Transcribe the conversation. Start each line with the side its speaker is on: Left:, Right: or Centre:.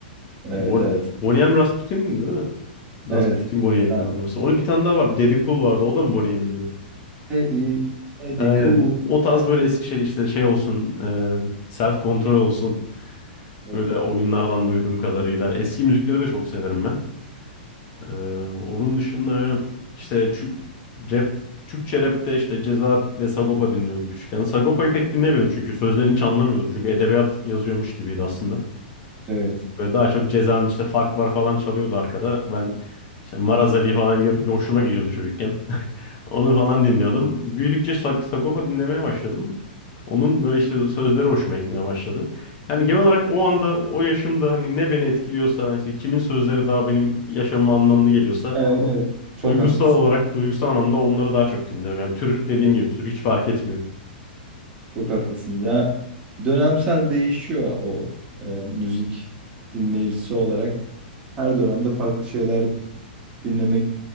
Right: Evet,
Left: Bon
Right: evet,
Left: Boney M Rasputin değil mi?
Right: evet.
Left: Rasputin Boney M'in
Right: Ben
Left: daha doğrusu. Onun bir tane daha var. Daddy Cool vardı. O da mı Boney M'indi?
Right: Teddy, Teddy
Left: Aynen.
Right: Cool.
Left: O tarz böyle Eskişehir işte şey olsun, self kontrol olsun.
Right: Of,
Left: Böyle oyunlardan duyduğum kadarıyla. Eski müzikleri de çok severim ben. E, onun dışında işte çü- rap, Türkçe rapte işte Ceza ve Sagopa dinliyordum küçükken. Sagopa'yı pek dinlemiyordum çünkü sözlerini hiç anlamıyordum. Çünkü edebiyat yazıyormuş gibiydi aslında.
Right: Evet,
Left: Böyle daha çok Ceza'nın işte Fark Var falan çalıyordu arkada. Ben işte Maraz Ali falan görünce hoşuma gidiyordu çocukken. Onu falan dinliyordum. Büyüdükçe Sag- Sagopa dinlemeye başladım. Onun böyle işte sözleri hoşuma gitmeye başladı. Yani genel olarak o anda o yaşımda hani ne beni etkiliyorsa işte kimin sözleri daha benim yaşamıma anlamlı geliyorsa
Right: evet, evet. Çok
Left: duygusal
Right: haklısın.
Left: olarak duygusal anlamda onları daha çok dinliyorum. Yani tür dediğim
Right: Çok,
Left: gibi tür hiç fark etmiyor.
Right: çok haklısın. Ya dönemsel değişiyor o e, müzik dinleyicisi olarak. Her dönemde farklı şeyler dinlemek